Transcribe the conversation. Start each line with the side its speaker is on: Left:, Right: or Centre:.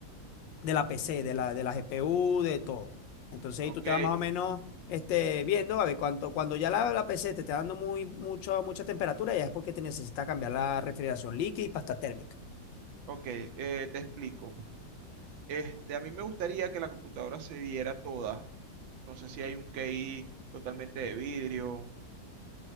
Left: de la PC, de la, de la GPU, de todo. Entonces
Right: Ok,
Left: ahí tú te vas más o menos este, viendo, a ver, cuánto, cuando ya la, la PC te está dando muy, mucho, mucha temperatura, ya es porque te necesitas cambiar la refrigeración líquida y pasta térmica.
Right: ok, eh, te explico. Este, a mí me gustaría que la computadora se viera toda. No sé si hay un KI totalmente de vidrio,